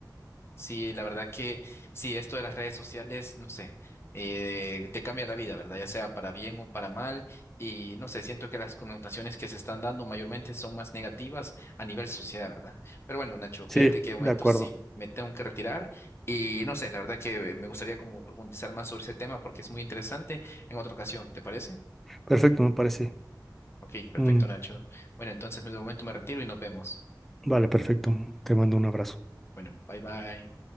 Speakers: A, on the left (about 35°); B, in the centre.
A: Sí, la verdad que sí, esto de las redes sociales, no sé, eh, te cambia la vida, ¿verdad? Ya sea para bien o para mal. Y no sé, siento que las connotaciones que se están dando mayormente son más negativas a nivel sociedad, ¿verdad? Pero bueno, Nacho, fíjate
B: Sí,
A: que de momento
B: de acuerdo.
A: sí me tengo que retirar y no sé, la verdad que me gustaría como profundizar más sobre ese tema porque es muy interesante en otra ocasión, ¿te parece?
B: Perfecto, me parece.
A: Ok, perfecto,
B: Mm,
A: Nacho. Bueno, entonces de momento me retiro y nos vemos.
B: vale, perfecto. Te mando un abrazo.
A: Bueno, bye bye.